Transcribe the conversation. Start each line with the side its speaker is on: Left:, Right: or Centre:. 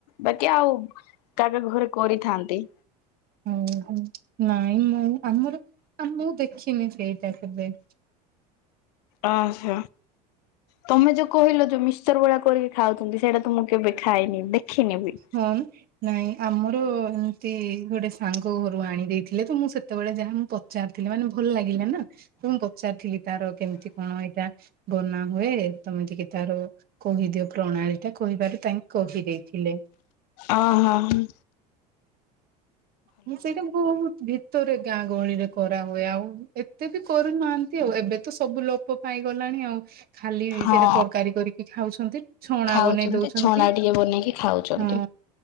Left: ବାକି ଆଉ କା ଘରେ କରିଥାନ୍ତି।
Right: ହୁଁ। ହୁଁ ହୁଁ ନାଇଁ ମୁଁ ଆମର ମୁଁ ଦେଖିନି ସେଇଟା କେବେ।
Left: ଅହ। ତମେ ଯୋଉ କହିଲ ଯୋଉ ମିକ୍ସିଚର ଗୁଡାକ କରିକି ଖାଉଛନ୍ତି ସେଇଟା ତ ମୁଁ କେବେ ଖାଇନି ଦେଖିନି ବି।
Right: ହୁଁ। ନାଇଁ ଆମର ଏମିତି ଗୋଟେ ସାଙ୍ଗ ଘରୁ ଆଣି ଦେଇେଇଥିଲେ ତ ମୁଁ ସେତେବେଳେ ଯାହା ମୁଁ କ ଚାରି ଥିଲେ ମାନେ ଭଲ ଲାଗିଲେ ନା। ତ ମୁଁ ପଚାରିଥିଲି ତାର କେମିତି କଣ ଏଇଟା ବନା ହୁଏ ତମେ ଟିକେ ତାର କହିଦିଅ ପ୍ରଣାଳୀ ଟା କହିବାରୁ ତାଙ୍କେ କହି ଦେଇେଇଥିଲେ।
Left: ଅ ହଁ ହଁ।
Right: ମୁଁ ସେଇଟା ବହୁତ ଭିତରେ ଗାଁ ଗହଳିରେ କରାହୁୁଏ ଆଉ ଏତେ ବି କରୁନାହାନ୍ତି ଆଉ ଏବେ ତ ସବୁ ଲୋପ ପାଇଗଲାଣି ଆଉ। ଖାଲି
Left: ହଁ।
Right: ସେଟା ତରକାରୀ କରିକି ଖାଉଛନ୍ତି ଛଣା
Left: ଖାଉଛନ୍ତି
Right: ବନେଇ ଦଉଛନ୍ତି
Left: ଛଣା ଟିକେ ବନେଇକି ଖାଉଛନ୍ତି।
Right: ହଁ।